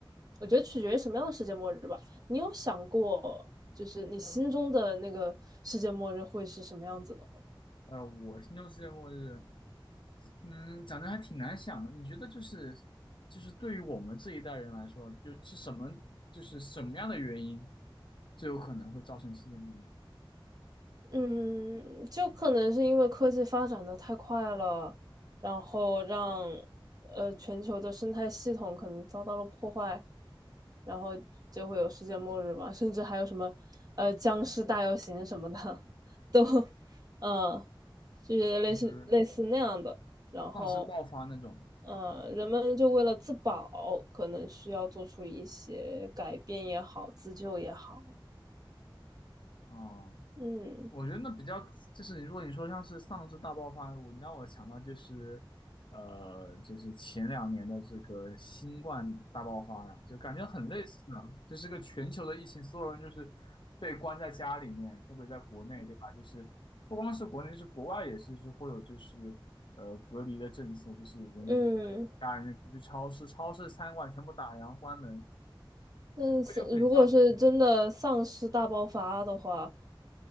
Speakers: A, on the right; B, on the left.
A: 我觉得取决于什么样的世界末日吧。你有想过，就是你心中的那个世界末日会是什么样子的吗？
B: 呃，我心中世界末日，嗯，讲真还挺难想的。你觉得就是就是对于我们这一代人来说，就是什么就是什么样的原因最有可能会造成世界末日？
A: 嗯，就可能是因为科技发展的太快了，然后让呃全球的生态系统可能遭到了破坏，然后就会有世界末日嘛，甚至还有什么呃僵尸大游行什么的，都嗯，就是类似类似那样的。
B: 就是
A: 然后，
B: 丧尸爆发那种吗？
A: 嗯，呃人们就为了自保，可能需要做出一些改变也好，自救也好。
B: 啊、
A: 嗯
B: 我觉得那比较就是如果你说像是丧尸大爆发，我你让我想到就是呃，就是前两年的这个新冠大爆发呀，就感觉很类似呢，就是个全球的疫情，所有人就是被关在家里面，特别在国内，对吧？就是不光是国内，就是国外也是，就是会有就是呃隔离的政策，就是人们
A: 嗯。
B: 家人不去超市，超市餐馆全部打烊关门，
A: 但是如果是真的丧尸大爆发的话，
B: 这就很像是